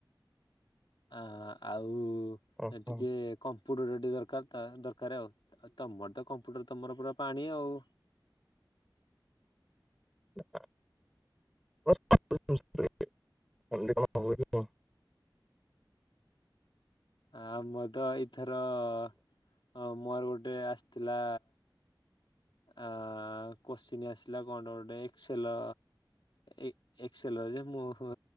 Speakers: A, on the left; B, in the centre.
A: ଅ ଆଉ
B: ଓହୋ।
A: ଏଇଠି ଟିକେ କମ୍ ପୁଡ଼ଟା ଦରକାର ତ ଦରକାର ଆଉ ଆଉ ତମର ତ କମ୍ପ୍ୟୁଟର ତୁମର ପୁରା ପାଣି ଆଉ।
B: <unintelligible> <unintelligible>
A: ଆମର ତ ଏଇଥର ଅ ମୋର ଗୋଟେ ଆସିଥିଲା। ଆ କୋଶ୍ଚିନି ଆସିଲା କଣ୍ଟେ ଗୋଟେ ଏକ୍ସଲ। ଏ ଏକ୍ସଲ ର ଯେ ମୁଁ ହୁଁ